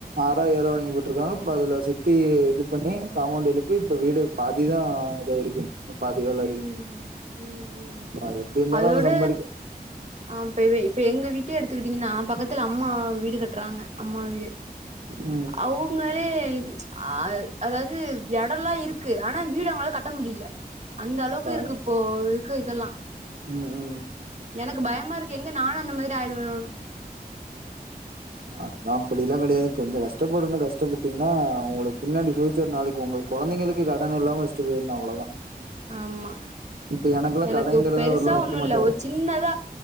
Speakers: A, on the right (about 70°); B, on the right (about 45°).
A: ஆறோ ஏழோ வாங்கி போட்டுருக்காங்க இப்ப அதுல சுத்தி இது பண்ணி காம்பவுண்ட் எழுப் பி இப்ப வீடு பாதிதா இதாயிருக்கு இன்னு பாதி வேல
B: ம்
A: இருக்கு,
B: ம் ம்
A: சோ அது எப்டி இருந்தாலு
B: அதோட
A: அவங்க சம்பாரிக்க
B: ஆ இப்ப இப்ப எங்க வீட்டே எடுத்துக்கிட்டீங்னா பக்கத்துல அம்மா வீடு கட்டுறாங்க அம்மாவீடு
A: ம்
B: அவங்களே ஆ அதாவது எடம்லா இருக்கு ஆனா வீடு அவங்களால கட்ட முடில அந்த அளவுக்கு
A: பாரு
B: இருக்கு இப்போ இருக்கு இதெல்லா
A: ம், ம்
B: எனக்கு பயமா இருக்கு எங்க நானு அந்த மாதிரி ஆயிடுவனோனு
A: அதெல்லா அப்படில்லா கடையாது கொஞ்சோ கஷ்டப்படனு கஷ்டப்பட்டீங்னா உங்களுக்கு பின்னாடி ஃபியூச்சர் நாளைக்கு உங்க கொழந்தைகளுக்கு கடன் இல்லாம வச்சுட்டு போயிடணு அவ்ளோதா
B: ஆமா
A: இப்ப எனக்கெல்லா
B: எனக்கு
A: கடங்கிறத
B: பெருசா
A: அவர்லா வைக்க
B: ஒண்ணு
A: மாட்டாரு
B: இல்ல ஒரு சி ன்னாத